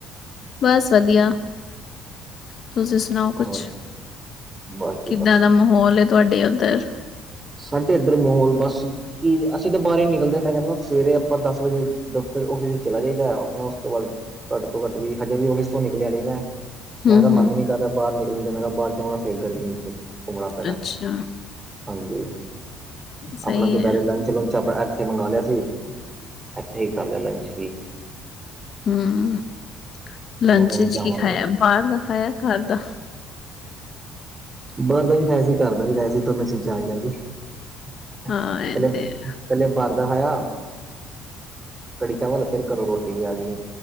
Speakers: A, on the left; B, on the right.
A: ਬਸ ਵਧੀਆ। ਤੁਸੀਂ ਸੁਣਾਓ ਕੁਛ,
B: ਹੋਰ ਬਸ ਜੀ
A: ਕਿੱਦਾਂ
B: ਬਸ
A: ਦਾ ਮਾਹੌਲ ਹੈ ਤੁਹਾਡੇ ਉੱਧਰ।
B: ਸਾਡੇ ਇੱਧਰ ਮਾਹੌਲ ਬਸ ਕਿ ਅਸੀਂ ਤਾਂ ਬਾਹਰ ਹੀ ਨਿਕਲਦੇ ਮੈਂ ਕਹਿੰਦਾ ਸਵੇਰੇ ਆਪਾਂ ਦਸ ਵਜੇ ਦਫ਼ਤਰ ਔਫੀਸ ਚ ਚਲਾ ਜਾਈਦਾ ਆਪਣਾ ਉਸ ਤੋਂ ਬਾਅਦ। ਘੱਟ ਤੋਂ ਘੱਟ ਵੀ, ਹਜੇ ਵੀ ਫਿਸ ਤੋਂ ਨਿਕਲਿਆ ਨੀ ਮੈਂ
A: ਹੂੰ-ਹੂੰ।
B: ਮੈਂ ਤਾਂ ਮਨ ਹੀ ਨੀ ਕਰ ਰਿਹਾ ਬਾਹਰ ਨਿਕਲਣ ਦਾ, ਮੈਂ ਬਾਹਰ ਜਾਊਗਾ ਫਿਰ ਗਰਮੀ ਘੁੰਮਣਾ ਪੈਣਾ
A: ਅੱਛਾ
B: ਹਾਂਜੀ,
A: ਸਹੀ
B: ਆਪਣਾ ਦੁਪਹਿਰੇ
A: ਹੈ।
B: ਲੰਚ ਲੁੰਚ ਆਪਣਾ ਇੱਥੇ ਮੰਗਵਾ ਲਿਆ ਸੀ, ਇੱਥੇ ਹੀ ਕਰ ਲਿਆ ਲੰਚ ਹੀ।
A: ਹੂ, ਲੰਚ
B: ਹੁਣ
A: ਵਿਚ
B: ਜਾਵਾਂਗੇ
A: ਕੀ ਖਾਇਆ, ਬਾਹਰ ਦਾ ਖਾਇਆ ਘਰ ਦਾ
B: ਬਾਹਰ ਦਾ ਵੀ ਖਾਇਆ ਸੀ ਘਰ ਦਾ ਵੀ ਖਾਇਆ ਸੀ ਦੋਨ ਚੀਜ਼ਾਂ ਆ ਗਈਆਂ ਸੀ। <inaudible>
A: ਹਾਂ ਇਹ
B: ਪਹਿਲਾਂ
A: ਤੇ ਹੈ।
B: ਬਾਹਰ ਦਾ ਖਾਇਆ ਕੜੀ ਚਾਵਲ ਫਿਰ ਕਰੋ ਰੋਟੀ ਵੀ ਆ ਗਈ